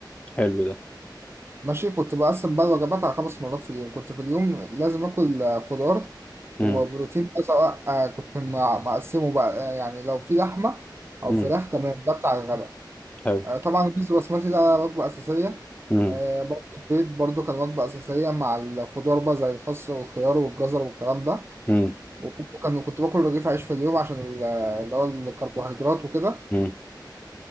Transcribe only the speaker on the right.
ماشي كنت بقسم بقى الوجبات على خمس مرات في اليوم كنت في اليوم لازم آكل آه، خضار
وبروتين أزرق آه، كنت مع- مقسمه بقى آه، يعني لو في لحمة أو
فراخ تمام ده بتاع الغداء
آه، طبعا الرز البسمتي ده وجبة أساسية
آه، برضه البيض برضه كان وجبة أساسية مع الخضار بقى زي الخس والخيار والجزر والكلام ده
وكنت كان كنت باكل رغيف عيش في اليوم عشان ال- اللي هو الكربوهيدرات وكده